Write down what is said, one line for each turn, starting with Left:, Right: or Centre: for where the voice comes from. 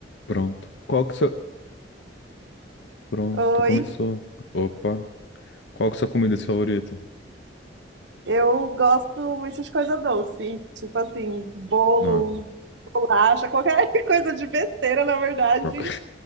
Left: Pronto. Qual que sua... Pronto,
Right: Oi,
Left: começou. Opa. Qual que é sua comida favorita?
Right: eu gosto muito de coisa doce, tipo assim, bolo,
Left: Não,
Right: bolacha, qualquer <laughs> coisa de besteira, na verdade,
Left: troca. <laughs>